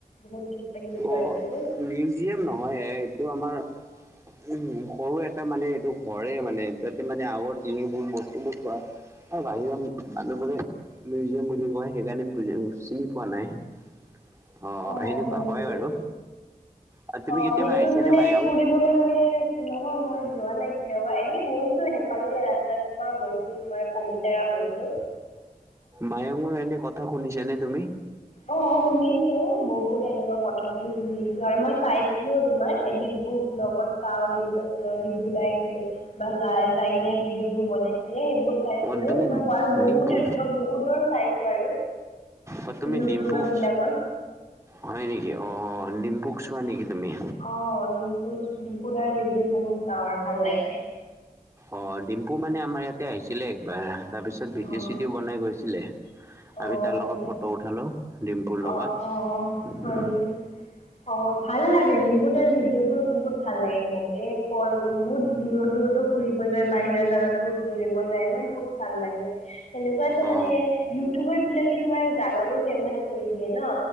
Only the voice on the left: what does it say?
বহুত কিবা কিবি থৈছে
যে।
অ'
হয়
নেকি
অ,
সেইটোত
মানে
ফুৰিবলে মানে নহয় মই যোৱা নাই কেতিয়াবা এনেই গৈছো সেইফালিৰে ৰা <unintelligible> পাৰা গৈছো তোমাৰ পবিতৰা গৈছোঁ।
অ, শুনিছো বহুত এনেকুৱা কথাবোৰ শুনিছো আৰু মই চাইছিলো তোমাৰ এই ডিম্পু ব্লকত চাও ডিম্পু ব্লক ডিম্পু দাই কেতিয়া বা যাই যাই কিনে ভিডিঅ' বোৰ বনাইছিলে সেইবোৰ চাইছিলো
মই বাৰু বহুত
তেনেকুৱা বহুতৰে চাইছো আৰু।
ইউটিউবাৰবিলাকৰ
অ' ডিম্পুচ ডিম্পু দাৰ ভিডিঅ' বহুত চাওঁ আৰু ভাল লাগে।
অ'
অ'
সেনেকে
অ'
অ' হয় নেকি অ', ভাল লাগে ডিম্পু দাৰ ভিডিঅ' বোৰ বহুত ভাল লাগে মোক এ কৰ বহুত দূৰত দূৰতো ফুৰিব যায় বাহিৰা জাগাত বোৰ ফুৰিব যায় ন বহুত ভাল লাগে। সেনেকুৱাটো
মানে ইউটিউবাৰ বিলাকে তোমাৰ জাগাবোৰ ফেমাচ কৰি দিয়ে ন।